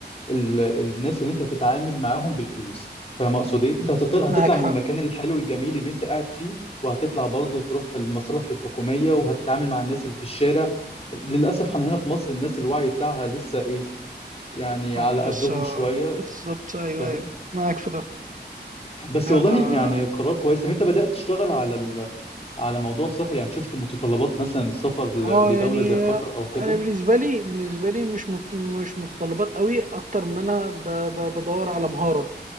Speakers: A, on the left; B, on the right.
A: ال- الناس اللي انت هتتعامل معاهم بالفلوس فاهم اقصد ايه انت هتطلع هتطلع
B: معاك حق
A: من المكان الحلو الجميل اللي انت قاعد فيه وهتطلع برضه تروح المصالح الحكوميه وهتتعامل مع الناس اللي في الشارع للاسف احنا هنا في مصر الناس الوعي بتاعها لسه ايه يعني
B: اه
A: على قدهم
B: لسه
A: شويه
B: بالظبط ايوه
A: فاهم
B: أيوة، معاك في ده
A: بس
B: لا
A: والله
B: اه
A: يعني قرار كويس طب انت بدات تشتغل على ال... على موضوع السفر يعني شفت متطلبات مثلا السفر ل...
B: آه،
A: لدوله
B: يعني
A: زي قطر
B: آه،
A: او كده
B: انا بالنسبه لي بالنسبه لي مش مت- مش متطلبات قوي اكتر ما انا ب- ب- بدور على مهاره